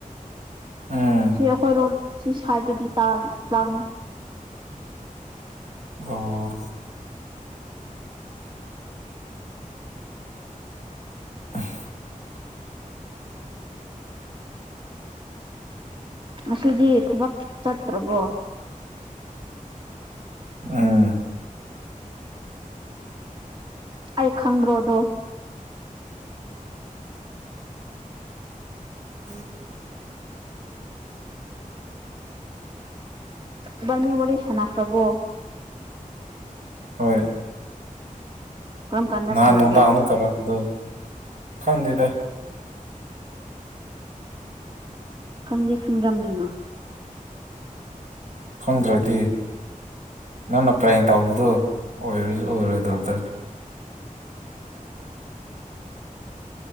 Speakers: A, on the right (about 60°); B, on the right (about 35°).
A: ꯎꯝ
B: ꯁꯤ ꯑꯩꯈꯣꯏꯔꯣꯝ ꯁꯤ ꯁꯥꯏꯗꯠꯇꯗꯤ ꯇꯥꯡ ꯇꯥꯡꯉꯦ
A: ꯑꯣ <unintelligible>
B: ꯉꯁꯤꯗꯤ ꯊꯕꯛ ꯆꯠꯇ꯭ꯔꯕꯣ
A: ꯎꯝ
B: ꯑꯩ ꯈꯪꯕ꯭ꯔꯣ ꯑꯗꯣ
A: <inaudible>
B: ꯏꯕꯥꯅꯤ ꯋꯥꯔꯤ ꯁꯥꯟꯅꯈ꯭ꯔꯕꯣ
A: ꯍꯣꯏ
B: ꯀꯔꯝ ꯀꯥꯟꯗ
A: ꯅꯍꯥꯟ
B: ꯁꯥꯟꯅꯒꯦ
A: ꯅꯣꯡꯗꯥꯡꯗ ꯇꯧꯔꯛꯄꯗꯨ ꯈꯪꯗꯦꯗ
B: ꯈꯪꯗꯤ ꯈꯪꯔꯝꯃꯤꯅ
A: ꯈꯪꯗ꯭ꯔꯗꯤ ꯅꯪꯅ ꯄꯔꯦꯡ ꯇꯧꯕꯗꯨ ꯑꯣꯏꯔꯖꯨ ꯑꯣꯏꯔꯣꯏ ꯗꯕꯗ